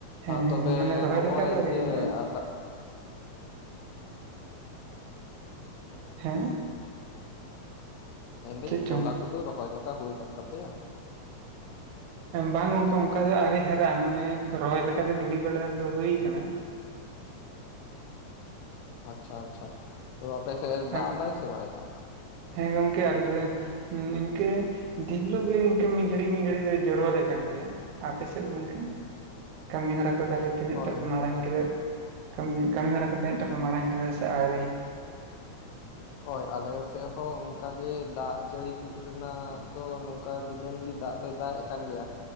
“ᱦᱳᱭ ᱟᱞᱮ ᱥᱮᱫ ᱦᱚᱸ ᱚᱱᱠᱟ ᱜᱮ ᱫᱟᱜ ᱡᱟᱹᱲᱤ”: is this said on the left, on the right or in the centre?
Left